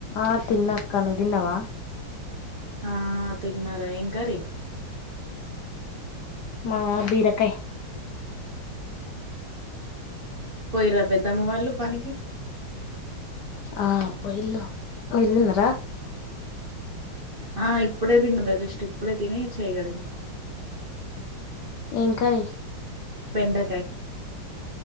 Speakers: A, on the left; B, on the right.
A: ఆ తిన్నక్క నువ్ తిన్నవ
B: ఆ తిన్నార ఏం కర్రీ
A: మా బీరకాయ్
B: పోయిరా పెద్దామ్మ వాళ్ళు పనికి
A: ఆ పోయిల్లు మీర్ తిన్నరా
B: ఆ ఇప్పుడే తినర జస్ట్ ఇప్పుడే తిని చేయ్ గడిగిన
A: ఏం కర్రీ
B: బెండకాయ్